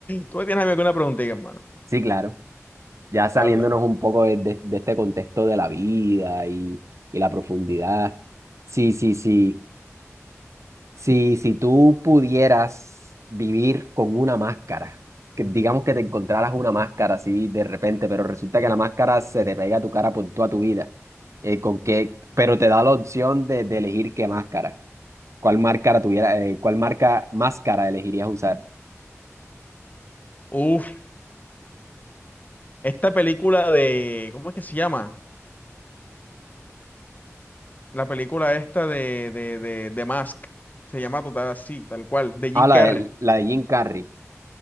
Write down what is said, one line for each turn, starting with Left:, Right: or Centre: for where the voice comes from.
Left: ¿Tú me tienes a mí alguna preguntita, hermano?
Right: Sí, claro. Ya saliéndonos
Left: Habla.
Right: un poco de, de- de este contexto de la vida y, y la profundidad. Sí, sí, sí. Si, si tú pudieras vivir con una máscara, que digamos que te encontraras una máscara así de repente, pero resulta que la máscara se te pega a tu cara por toda tu vida, eh, con qué, pero te da la opción de, de elegir qué máscara, cuál máscara tuviera, eh, cuál marca máscara elegirías usar.
Left: Uf, esta película de, ¿cómo es que se llama? La película esta de, de, de, de Mask. Se llama total así, tal cual, de Jim
Right: Ah,
Left: Carrey.
Right: la de, la de Jim Carrey,